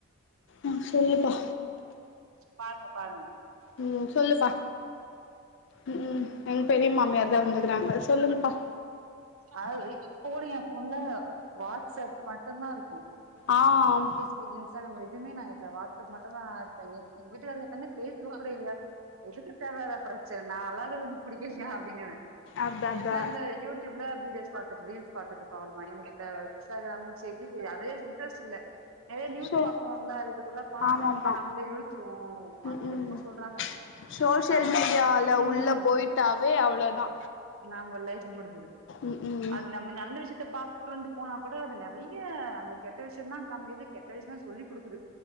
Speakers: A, on the left; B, on the right.
A: ம் சொல்லுப்பா
B: பாருங்க பாருங்க
A: ம் ம் சொல்லுப்பா ம் ம் எங்க பெரிய மாமியார் தா வந்துக்குறாங்க சொல்லுங்கப்பா <unintelligible>
B: அ இப்ப கூட ஏ பொண்ணு வாட்ஸ் அப் மட்டுந்தா இருக்கு
A: ஆ ஆம்
B: புக் இன்ஸ்டாகிராம் எதுமே நா இல்ல வாட்ஸ்அப் மட்டுந்தா நா இருக்றனே எங்க வீட்டுக்காருக்கு தனி பேச கூட இல்லையா எதுக்கு தேவ இல்லாதா ப்ரச்சுன நா அழகா இருக்குற புடிக்கலையா அப்டின்னுவே
A: அதா அதா
B: என்ன இந்த யூட் டியூப்ல வீடியோஸ் பாத்துக்கிட் ரீல்ஸ் பாத்துட்ருப்பா அவளுக் நா எனக்கு இந்த இஸ்டாகிராமு செரி அதே இன்ட்ரஸ்ட் இல்ல நெறையா நியூஸ்
A: சோ
B: பாக்குறோல்ல இதுக்குள்ள போனா அட்
A: ஆமாமா
B: டோமேட்டிக்கா நம்மள இழுத்துரு
A: ம்
B: அது
A: ம்
B: என்னமோ சொல்றாங்க
A: சோசியல்
B: நம்
A: மீடியால
B: ம்
A: உள்ள
B: ம்
A: போயிட்டாவே அவ்ளோதா
B: நம்ம லைஃப் முடுஞ்சுது
A: ம் ம்
B: அது நம் கொஞ்ச நல்ல விஷயத்த பார்க்குறோன்டு போனா கூட அது நெறைய அந்த கெட்ட விஷயோந் தா காமிக்குது கெட்ட விஷயோ சொல்லி குடுக்குது